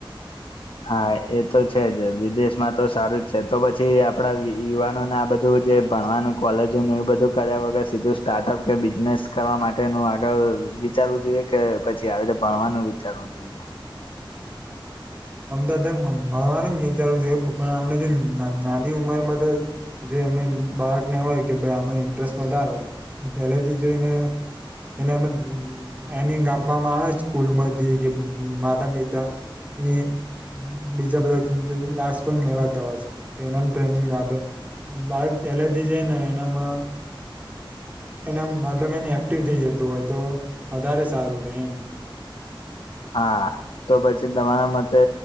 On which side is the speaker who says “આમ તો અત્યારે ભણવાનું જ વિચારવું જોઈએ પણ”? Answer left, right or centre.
Right